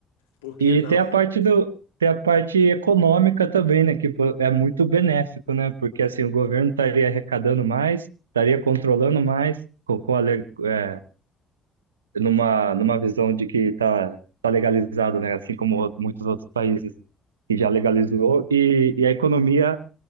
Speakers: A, on the left; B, on the right.
A: por que
B: E
A: não
B: tem a parte do, tem a parte econômica também, né? Que pô, é muito benéfico, né? Porque assim, o governo estaria arrecadando mais, estaria controlando mais, com, com a, le- é, numa, numa visão de que está tá tá legalizado, né? Assim como outros- muitos outros países que já legalizou, e, e a economia